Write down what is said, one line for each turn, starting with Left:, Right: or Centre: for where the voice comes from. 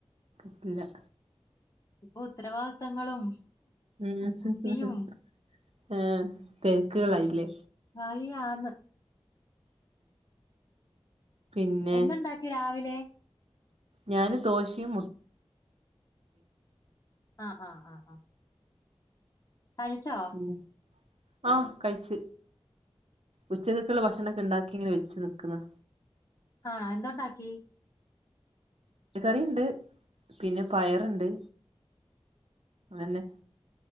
Right: കിട്ടൂല
Left: ഇപ്പൊ ഉത്തരവാദിത്തങ്ങളും
Right: ഉം
Left: കുട്ടിയും
Right: ആഹ് തെരക്കുകളായില്ലേ
Left: ആയി ആ ന്ന്
Right: പിന്നെ
Left: എന്തുണ്ടാക്കി രാവിലെ?
Right: ഞാന് ദോശയും മു-
Left: ആ് ആഹ് ആഹ് ആഹ് കഴിച്ചോ
Right: ഉം ആഹ് കഴിച്ച് ഉച്ചകൾക്കുള്ള ഭക്ഷണക്കെ ഉണ്ടാക്കി ഇങ്ങനെ വെച്ച് നിക്കന്ന്
Left: ആ എന്ത്‌ ഒണ്ടാക്കി-
Right: ച്ചിക്കൻ കറിണ്ട് പിന്നെ പയറിണ്ട് അതന്നെ